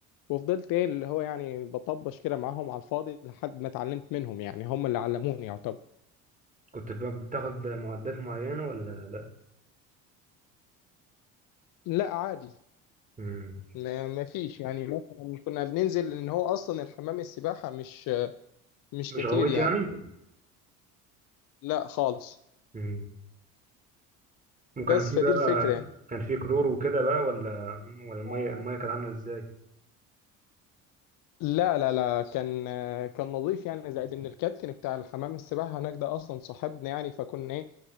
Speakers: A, on the left (about 55°); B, on the right (about 20°).
A: وفضلت ايه اللي هو يعني بطبش كده معاهم على الفاضي لحد ما اتعلمت منهم يعني هم اللي علموني يعتبر
B: كنت ب- بتاخد معدات معينه ولا لا
A: لا عادي
B: مم.
A: ما ما فيش يعني مثلا كنا بننزل ان هو اصلا الحمام السباحة مش مش
B: مش
A: كتير
B: غويت
A: يعني
B: يعني
A: لا خالص
B: مم. وكان
A: بس
B: في
A: فدي
B: بقى
A: الفكرة يعني
B: كان في كلور وكده بقى ولا ولا الميه الميه كانت عامله ازاي
A: لا لا لا كان كان نظيف يعني زائد ان الكابتن بتاع الحمام السباحه هناك ده اصلا صاحبنا يعني فكنا ايه